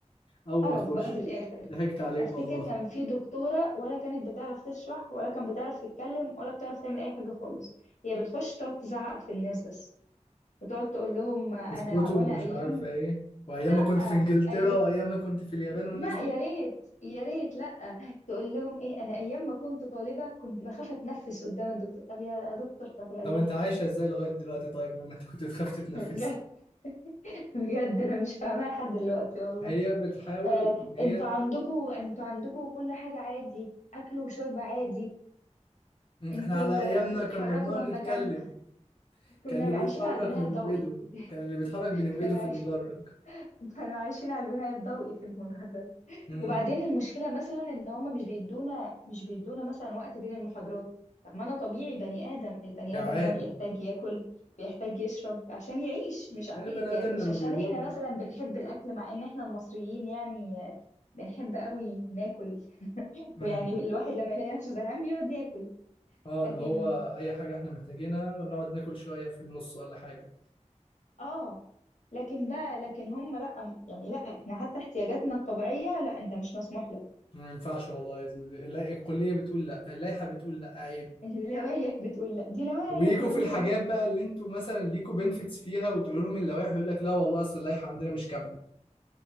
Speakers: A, on the left (about 45°); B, on the left (about 80°).
A: اول
B: قرف
A: ما تخش
B: بقى في الاخر
A: ضحكت عليك
B: افتكر
A: والله
B: كان في دكتوره ولا كانت بتعرف تشرح ولا كانت بتعرف تتكلم ولا بتعرف تعمل اي حاجه خالص هي بتخش تقعد تزعق في الناس بس وتقعد تقول لهم انا
A: اسكوتو
B: وانا
A: ومش
B: ايام
A: عارفة ايه وايام
B: لا
A: ما كنت في انجلترا
B: اي
A: وايام ما كنت في اليابان والناس
B: لا
A: دي
B: يا ريت يا ريت لا تقول لهم ايه انا ايام ما كنت طالبه كنت بخاف اتنفس قدام الدكتور طب يا دكتور طب ريحني
A: طب انت عايشة ازاي لغاية دلوقتي طيب لما انت كنت بتخاف تتنفسي
B: <laughs> بجد بجد انا مش فاهماها لحد دلوقتي والله
A: هي بتحاول
B: آه
A: ان هي
B: انتوا عندكوا انتوا عندكوا كل حاجه عادي اكل وشرب عادي
A: م،
B: انتوا
A: احنا على ايامنا
B: بتتحركوا
A: كان ممنوع
B: من
A: نتكلم
B: مكانكم <laughs> كنا
A: كان اللي بيتحرك
B: عايشين على البناء
A: من
B: الضوئي
A: وايده كان اللي بيتحرك
B: <laughs>
A: بين وايده
B: كانوا
A: في
B: عايشين
A: المدرج
B: كانوا عايشين على البناء الضوئي في المدرج
A: امم
B: وبعدين المشكلة مثلا ان هم مش بيدونا مش بيدونا مثلا وقت بين المحاضرات طب ما انا طبيعي بني آدم البني
A: جعان
B: آدم ده بيحتاج ياكل بيحتاج يشرب عشان يعيش مش ع-
A: يعني البني
B: يعني
A: ادم
B: مش
A: لما
B: عشان
A: بيجوع
B: احنا مثلا بنحب الاكل مع ان احنا المصريين يعني آه، بنحب قوي ناكل
A: امم
B: ويعني الواحد لما يلاقي نفسه زهقان بيقعد ياكل
A: اه
B: لكن
A: اللي هو اي حاجة احنا محتاجينها ونقعد ناكل شوية في النص ولا حاجة
B: اه لكن بقى لكن هم لا يعني لا احنا حتى احتياجاتنا الطبيعية لا انت مش مسموح لك
A: ما ينفعش والله ال- اللا- الكلية بتقول لا اللائحة بتقول لا عيب
B: <laughs> اللوايح بتقول لا دي لوايح
A: ويجوا
B: يا
A: في
B: ولادي
A: الحاجات بقى اللي انتوا مثلا ليكوا بنفيتس فيها وتقول لهم اللوائح يقول لك لا والله اصل اللائحه عندنا مش كامله